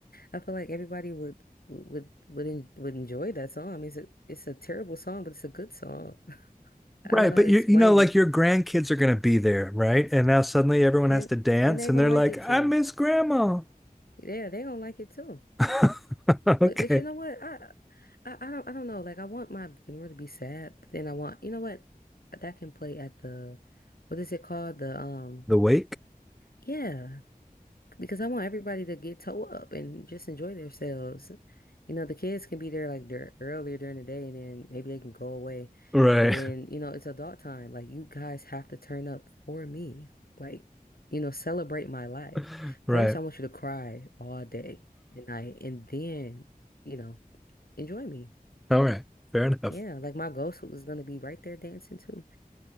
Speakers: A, on the left; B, in the centre.
A: I feel like everybody would would would en would enjoy that song. I mean, it's a, it's a terrible song, but it's a good song. <laughs> I
B: Right,
A: don't know
B: but
A: how to explain
B: you you know, like
A: it,
B: your grandkids are gonna be there, right? And now suddenly everyone
A: and
B: has to dance
A: and they
B: and
A: gonna
B: they're
A: like
B: like,
A: it
B: I
A: too.
B: miss grandma.
A: Yeah, they gonna like it too.
B: <laughs>
A: But,
B: Okay.
A: but you know what? I, I I don't I don't know. Like I want my funeral to be sad, but then I want you know what? That can play at the what is it called? The um
B: The wake?
A: yeah. Because I want everybody to get toe up and just enjoy themselves. You know, the kids can be there like dur earlier during the day and then maybe they can go away.
B: Right,
A: And then, you know, it's adult time. Like you guys have to turn up for me. Like, you know, celebrate my life.
B: <laughs> right.
A: First, I want you to cry all day and night and then, you know enjoy me.
B: All right. Fair enough.
A: Yeah, like my ghost was gonna be right there dancing too.